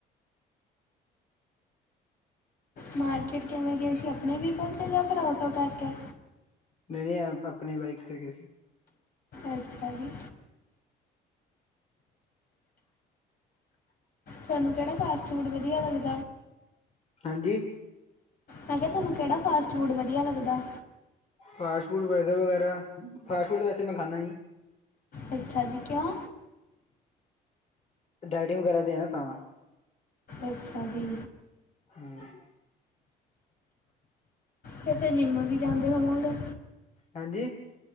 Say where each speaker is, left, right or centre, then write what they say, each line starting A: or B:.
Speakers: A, on the left; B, on the left.
A: ਮਾਰਕੀਟ ਕਿਵੇਂ ਗਏ ਸੀ ਆਪਣੇ ਵੀਕਲ ਤੇ ਜਾਂ ਫਿਰ ਆਟੋ ਕਰਕੇ।
B: ਨਈਂ ਨਈਂ, ਆਪਣੇ ਬਾਈਕ ਤੇ ਗਏ ਸੀ।
A: ਅੱਛਾ ਜੀ। ਤੁਆਨੂੰ ਕੈੜਾ ਫਾਸਟ ਫੂਡ ਵਧੀਆ ਲਗਦਾ?
B: ਹਾਂਜੀ?
A: ਮੈਂ ਕਿਆ ਤੁਆਨੂੰ ਕੇੜਾ ਫਾਸਟ ਫੂਡ ਵਧੀਆ ਲੱਗਦਾ?
B: ਫਾਸਟ ਫੂਡ ਬਰਗਰ ਵਗੈਰਾ, ਫਾਸਟ ਫੂਡ ਤਾਂ ਵੈਸੇ ਮੈਂ ਖਾਂਦਾ ਨਈਂ।
A: ਅੱਛਾ ਜੀ, ਕਿਉਂ?
B: ਡਾਈਟਿੰਗ ਵਗੈਰਾ ਤੇ ਆਂ ਨਾਂ ਤਾਂ।
A: ਅੱਛਾ ਜੀ।
B: ਹਂ।
A: ਕਿਤੇ ਜਿੰਮ ਵੀ ਜਾਂਦੇ ਹੋਵੋਂਗੇ?
B: ਹਾਂਜੀ?